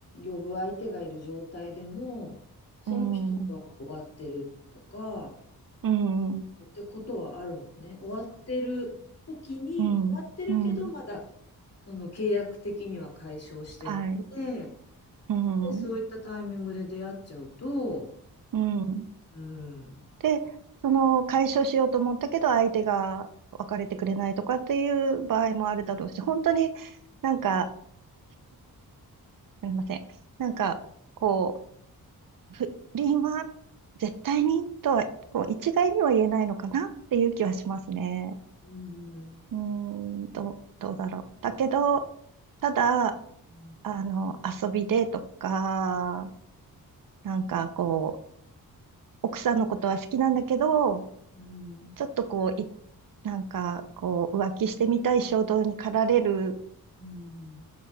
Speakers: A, on the left (about 40°); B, on the right (about 60°).
A: 呼ぶ相手がいる状態でも、その人とはまあ終わってるとか、
B: うん。うん。うん。
A: ってことはあるもんね。終わってる時に、
B: うん。
A: 終わってるけど、
B: うん。
A: まだ、その契約的には解消してなくて、
B: はい。うん。
A: で、そういったタイミングで出会っちゃうと、
B: うん。
A: うん。
B: で、その解消しようと思ったけど、相手が別れてくれないとかっていう場合もあるだろうし、本当になんか、すみません。なんか、こう、不倫は絶対にとは、こう一概には言えないのかなっていう気はしますね。
A: うん、
B: うーん、どう、どうだろう。だけど、ただ、
A: うん、
B: あの、遊びでとか、なんかこう、奥さんのことは好きなんだけど、
A: うん、
B: ちょっとこう、い、なんかこう、浮気してみたい衝動に駆られる
A: うん、